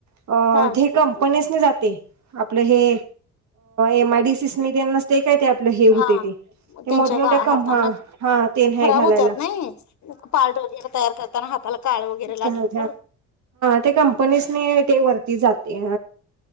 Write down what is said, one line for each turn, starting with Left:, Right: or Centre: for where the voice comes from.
Right: अ
Left: हा
Right: ती कंपनी. मी जाते आपल हे एमआइडीसिस नि ते नसतय का. काय ते आपलं हे होतंय
Left: हा
Right: ते
Left: त्यांच्या
Right: मोठं मोठ्या
Left: का
Right: कंप
Left: हातांना
Right: हा हा. नाही
Left: खराब
Right: घालायला
Left: होतात नाहा पाल डोगे तयार करताना हाताला काळ वगैरे लागलं
Right: हे
Left: तर
Right: ते कंपनीसनी ते वरती जाते